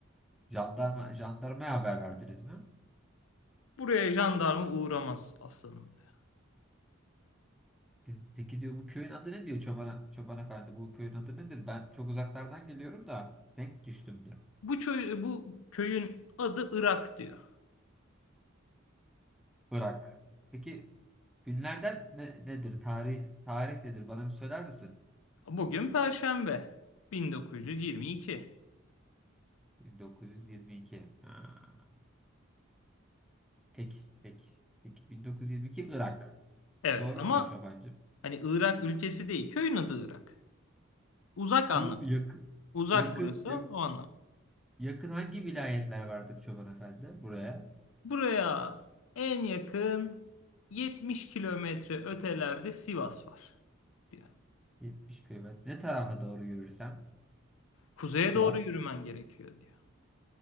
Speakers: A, in the centre; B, on the left (about 80°).
A: jandarma jandarmaya haber verdiniz mi?
B: Buraya jandarma uğramaz aslanım diyor.
A: Biz, peki diyor bu köyün adı ne diyor çobana, çoban efendi bu köyün adı nedir? Ben çok uzaklardan geliyorum da denk düştüm diyor.
B: Bu, çö- bu köyün adı Irak diyor.
A: Irak. Peki günlerden ne- nedir? Tarih tarih nedir? Bana bir söyler misin?
B: Bugün Perşembe 1922.
A: 1922. Ha. Peki peki. Peki 1922 Irak.
B: Evet
A: Doğru
B: ama
A: mudur çobancım?
B: hani Irak ülkesi değil, köyün adı Irak. Uzak anlamında.
A: Bu yakın
B: Uzak
A: yakın
B: burası
A: yak-
B: o anlam.
A: yakın hangi vilayetler vardır çoban efendi? Buraya
B: Buraya en yakın 70 kilometre ötelerde Sivas var diyor.
A: 70 kilometre. Ne tarafa doğru yürürsem
B: Kuzeye
A: Sivas
B: doğru yürümen gerekiyor diyor.